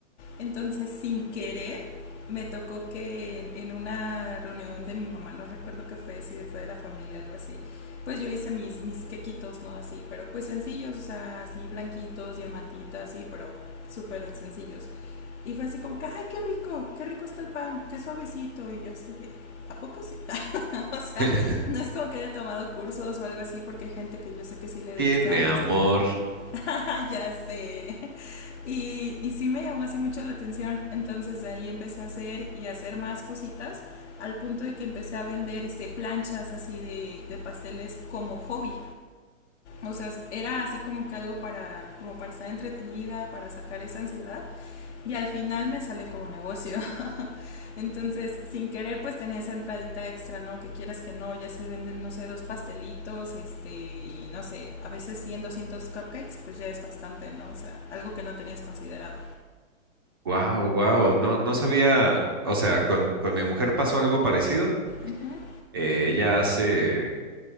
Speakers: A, on the left (about 55°); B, on the right (about 20°).
A: Entonces, sin querer, me tocó que en, en una reunión de mi mamá, no recuerdo qué fue, si fue de la familia, algo así, pues yo hice mis, mis quequitos, ¿no? Así, pero pues sencillos, o sea, así blanquitos, diamantitas, así, pero súper sencillos. Y fue así como que, ay, qué rico, qué rico está el pan, qué suavecito. Y yo así de, ¿a poco sí? <laughs> o sea,
B: <laughs>
A: no es como que haya tomado cursos o algo así, porque hay gente que yo sé que sí le dedica
B: Tiene
A: mucho
B: amor.
A: tiempo. <laughs> ya sé. Y, y sí me llamó así mucho la atención. Entonces de ahí empecé a hacer y a hacer más cositas, al punto de que empecé a vender este, planchas así de, de pasteles como hobby. O sea, era así como que algo para, como para estar entretenida, para sacar esa ansiedad. Y al final me salió como negocio. Entonces, sin querer, pues tenía esa entradita extra, ¿no? Que quieras que no, ya se venden, no sé, dos pastelitos, este, y no sé, a veces 100, 200 cupcakes, pues ya es bastante, ¿no? O sea, algo que no tenías considerado.
B: Wow, wow. No, no sabía. O sea, con, con mi mujer pasó algo parecido.
A: Ajá, uh
B: Eh, ella hace.